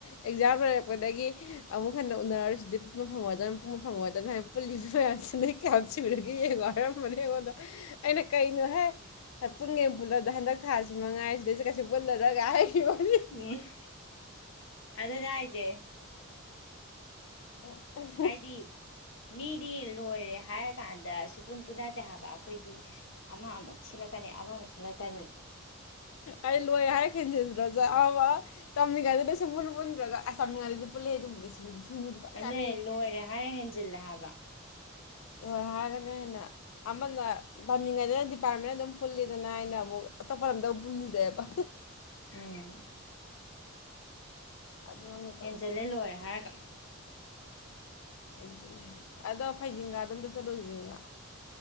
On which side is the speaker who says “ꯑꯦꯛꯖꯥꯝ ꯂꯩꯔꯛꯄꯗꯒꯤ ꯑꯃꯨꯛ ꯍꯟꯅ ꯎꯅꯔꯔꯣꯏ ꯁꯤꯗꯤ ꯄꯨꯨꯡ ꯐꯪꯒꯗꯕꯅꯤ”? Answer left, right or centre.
Left